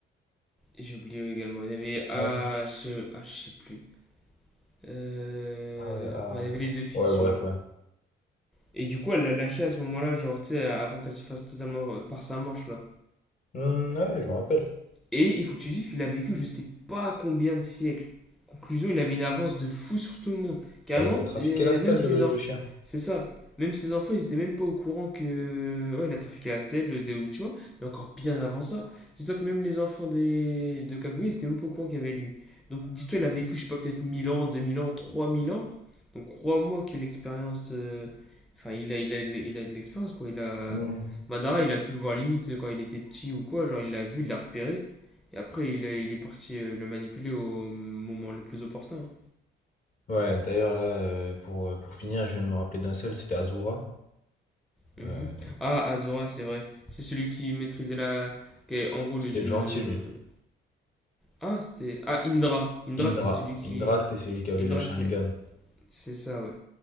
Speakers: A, in the centre; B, on the left (about 40°).
A: j'ai oublié également, il y avait. Ah,
B: Ouais.
A: je ah, je sais plus. Euh,
B: Ah ouais, ah.
A: enfin, il y avait les deux fils,
B: Ouais,
A: tu
B: bref,
A: vois.
B: ouais.
A: Et du coup, elle l'a lâché à ce moment-là, genre, tu sais, avant qu'elle se fasse totalement par sa manche, là.
B: Hmm, ouais, je me rappelle.
A: Et il faut que tu dises qu'il a vécu je sais pas combien de siècles. Conclusion, il avait une avance de fou sur tout le monde. Carrément,
B: Bah, il a trafiqué
A: euh,
B: la stèle,
A: même
B: le,
A: ses enfants.
B: le chien.
A: C'est ça. Même ses enfants, ils étaient même pas au courant que. Ouais, il a trafiqué la stèle, le déo, tu vois. Mais encore bien avant ça. Dis-toi que même les enfants des... de Kaguya, ils étaient même pas au courant qu'il y avait lui. Donc dis-toi, il a vécu, je sais pas, peut-être 1000 ans, 2000 ans, 3000 ans. Donc crois-moi que l'expérience. de- Enfin, il a, il a, il a il a de l'expérience, quoi. Il a.
B: Hmm.
A: Madara, il a pu le voir limite quand il était petit ou quoi. Genre, il l'a vu, il l'a repéré. Et après, il est, il est parti euh, le manipuler au moment le plus opportun. hein.
B: Ouais, d'ailleurs, là, euh, pour, euh, pour finir, je viens de me rappeler d'un seul, c'était Azura.
A: Mhm.
B: Euh,
A: Ah, Azora, c'est vrai. C'est celui qui maîtrisait la. qui est, en gros,
B: c'était
A: le. le-
B: le gentil, lui.
A: Ah, c'était. Ah, Indra. Indra,
B: Indra.
A: c'était celui qui.
B: Indra, c'était celui qui avait
A: Indra,
B: le Sharingan.
A: c'est c'est ça, ouais.